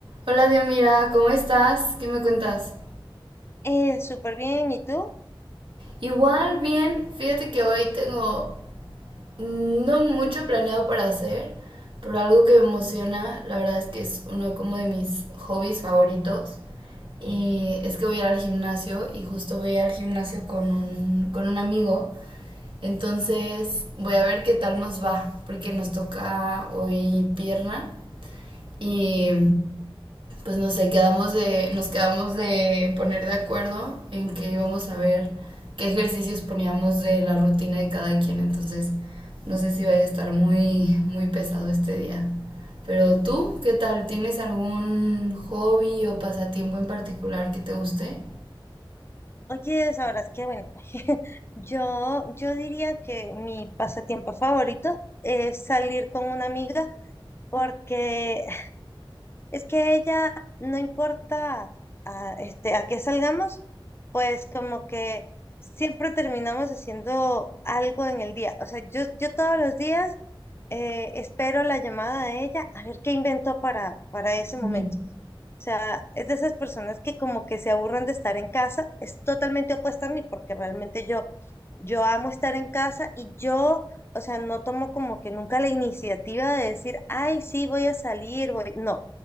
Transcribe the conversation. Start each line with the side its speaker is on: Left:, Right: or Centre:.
Right: Hola Diomira, ¿cómo estás? ¿Qué me cuentas?
Left: Eh, súper bien, ¿y tú?
Right: Igual, bien. Fíjate que hoy tengo no mucho planeado para hacer, pero algo que me emociona, la verdad es que es uno como de mis hobbies favoritos. Y es que voy a ir al gimnasio y justo voy a ir al gimnasio con un, con un amigo. Entonces voy a ver qué tal nos va, porque nos toca hoy pierna y pues no sé, quedamos de, nos quedamos de poner de acuerdo en que íbamos a ver qué ejercicios poníamos de la rutina de cada quien. Entonces, no sé si vaya a estar muy, muy pesado este día. Pero tú, ¿qué tal? ¿Tienes algún hobby o pasatiempo en particular que te guste?
Left: Oye, sabrás que, bueno, <laughs> yo, yo diría que mi pasatiempo favorito es salir con una amiga porque Es que ella, no importa a, este, a qué salgamos, pues como que siempre terminamos haciendo algo en el día. O sea, yo, yo todos los días eh, espero la llamada de ella a ver qué inventó para, para ese momento.
Right: Ujú.
Left: O sea, es de esas personas que como que se aburren de estar en casa. Es totalmente opuesta a mí porque realmente yo, yo amo estar en casa y yo, o sea, no tomo como que nunca la iniciativa de decir, ay, sí, voy a salir, voy. No.